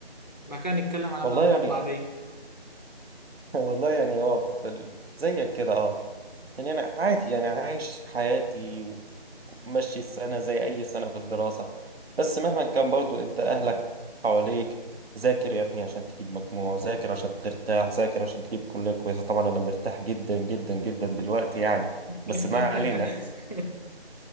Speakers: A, on the left (about 45°); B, on the right (about 70°).
A: بعد كده نتكلم على
B: والله
A: بقى النقط
B: يعني
A: بعدين
B: <laughs> والله يعني هو في ال- زيك كده آه يعني أنا عادي أنا عايش حياتي ومشي السنة زي أي سنة في الدراسة بس مهما كان برضو أنت أهلك حواليك ذاكر يا ابني عشان تجيب مجموع ذاكر عشان ترتاح ذاكر عشان تجيب كلية كويسة طبعا أنا مرتاح جدا جدا جدا دلوقتي يعني
A: <laughs>
B: بس ما علينا